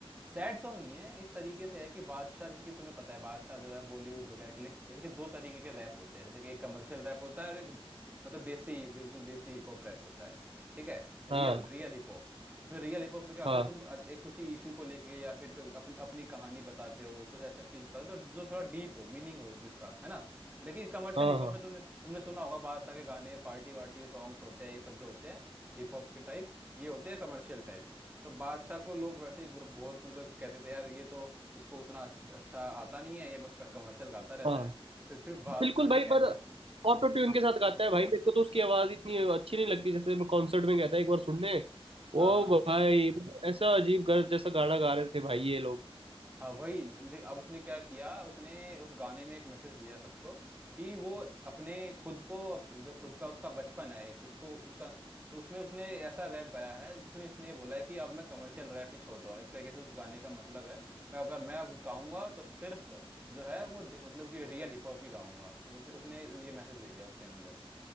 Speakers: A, on the right; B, on the right.
A: सैड सॉन्ग नहीं है इस तरीके से है कि बादशाह जैसे कि तुम्हें पता है बादशाह जो है बॉलीवुड वगैरह के लिए जैसे कि दो तरीके के रैप होते हैं जैसे कि एक कमर्शियल रैप होता है और एक मतलब देसी बिल्कुल देसी हिप हॉप रैप होता है ठीक है Real
B: हाँ
A: real hip hop इसमें रियल हिप हॉप में क्या होता
B: हाँ
A: है तुम अ- एक कुछ इशू को लेके या फिर कोई अपनी अपनी कहानी बताते हो कुछ ऐसा चीज बताते हो तो जो थोड़ा डीप हो मीनिंग हो जिसका है ना लेकिन कमर्शियल
B: हाँ
A: हिप
B: हाँ
A: हॉप में तुमने तुमने सुना होगा बादशाह के गाने पार्टी वार्टी सॉन्ग्स होते हैं ये सब जो होते हैं हिप हॉप के टाइप ये होते हैं कमर्शियल टाइप तो बादशाह को लोग वैसे ही बुरा बहुत मतलब कहते थे यार ये तो इसको उतना अच्छ- अच्छा आता नहीं है ये बस कमर्शियल गाता रहता
B: हाँ
A: है फिर फिर बादशाह
B: बिल्कुल
A: ने
B: भाई
A: कहा
B: पर
A: कि
B: ऑटो ट्यून
A: हाँ
B: के साथ गाता है भाई मेरे को तो उसकी आवाज इतनी अच्छी नहीं लगती जैसे मैं कॉन्सर्ट में गया था एक बार सुनने ओ
A: हाँ हाँ
B: भाई ऐसा अजीब गर्ज जैसा गाना गा रहे थे भाई ये लोग
A: हाँ वही ले- अब उसने क्या किया उसने उस गाने में एक मैसेज दिया सबको कि वो अपने खुद को अप- जो खुद का उसका बचपन है एक उसको उसका तो उसमें उसने ऐसा रैप गाया है जिसमें उसने ये बोला है कि अब मैं कमर्शियल रैप ही छोड़ रहा हूँ एक तरीके से उस गाने का मतलब है मैं अगर मैं अब गाऊंगा तो सिर्फ जो है वो दे- मतलब कि रियल हिप हॉप ही गाऊंगा उसने उसने ये मैसेज दे दिया उसके अंदर